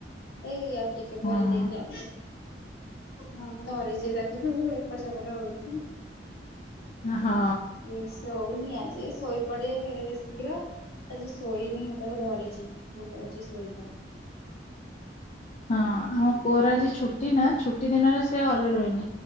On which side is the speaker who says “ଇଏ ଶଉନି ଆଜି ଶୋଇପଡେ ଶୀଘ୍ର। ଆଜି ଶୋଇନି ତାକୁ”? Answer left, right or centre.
Left